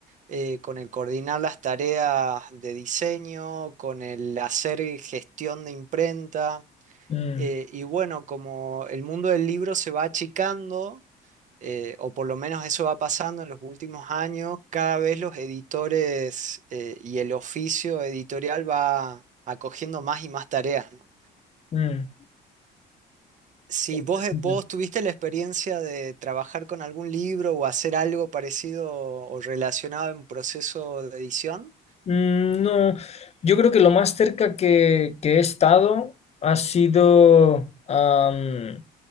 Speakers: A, on the right (about 45°); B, on the left (about 40°).
A: eh, con el coordinar las tareas de diseño, con el hacer gestión de imprenta.
B: mm,
A: Eh, y bueno, como el mundo del libro se va achicando, eh, o por lo menos eso va pasando en los últimos años, cada vez los editores eh, y el oficio editorial va acogiendo más y más tareas, ¿no?
B: mm.
A: Si
B: Interesante.
A: vos, eh, vos tuviste la experiencia de trabajar con algún libro o hacer algo parecido o relacionado en proceso de edición,
B: Mm, No, yo creo que lo más cerca que, que he estado ha sido, am,